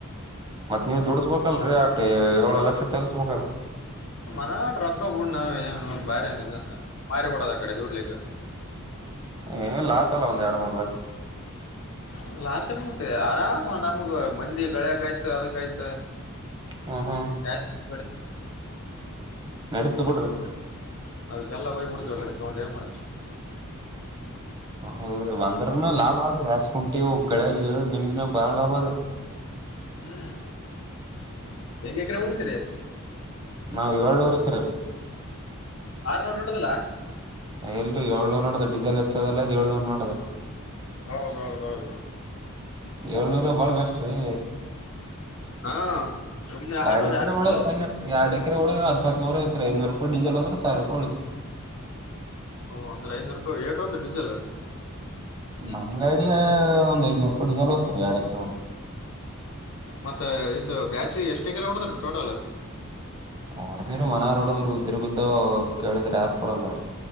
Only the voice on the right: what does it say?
ಮತ್ತ್ ನೀವ್ ದುಡಸ್ಬೇಕಲ್ರೀ ಆಟ ಏಳ ಲಕ್ಷ ತಲ್ಸ್ಬೇಕಲ್ಲ
ಏ ಲಾಸ್ ಎಲ್ಲ ಒಂದು ಎರಡು ಮೂರು ಲಕ್ಷ್
ಹ್ಮ್ ಹ್ಮ್
ನಡೀತು ಬಿಡ್ರಿ
ಹೌದ ಒಂದ್ರನ ಲಾಭ ಆದ್ರಿ ಯಸ್ ಕುುಂಟವು ಗಳ ದಂಡ ದಿನ ಬಾಳ ಲಾಭ ಆದ್
ನಾವ್ ಇಳೋರ್ ಹತ್ತೀರರಿ
ಎಲ್ರರಿ ಏಳ್ನೂರ್ ನೋಡದ ಡೀಸೆಲ್ ಹೆಚ್ಚದ ಅಲ್ಲ ಅ್ ಏಳ್ನೂರ್ ನೋಡದೆ
ಏಳ್ನೂರ ಬಾಳ ಬೆಸ್ಟ್ ರೀ
ಎರಡ್ ಎಕರೆ
ಒಳ ಒ ಎರಡ ್ರ ಒಳ ಹದ ಹಿನಾ ನೂರ ಐ ಐನೂರು ರೂಪಾಯ ಡೀಸಲ್ದ ಸಾವಿ ರೂಪಾಯಿ ಉಳಐತ್ರಿ
ನಮ್ ಗಾಡಿಯ ಒಂದ್ ಐದ್ನೂರು ಕೂಡಿ ಜಲ ಹತಾರೆ ಎರಡ್ ಎಕರೆ ಹುಡು
ಹೊಓಡದವ್ರೀ ಮನಾರ್ ೋಡದ್ರರು ಉದ್ರ ಬಿದ್ದ ಕೇಳಿದ್ರ ಯಾರಾರ್ ಕೊಡಲ್ಲ ಯಾರ